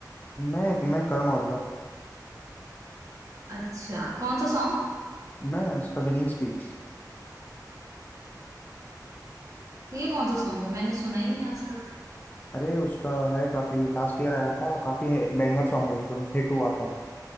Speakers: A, on the left (about 25°); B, on the right (about 50°).
A: मैं मैं करण औजला
B: अच्छा कौन सा सॉन्ग
A: मैं उसका विनिंग स्पीच
B: ये कौन सा सॉन्ग है मैंने सुना ही नहीं आज तक
A: अरे उसका है काफी लास्ट ईयर आया था काफी बैंगर सॉन्ग है एकदम हिट हुआ था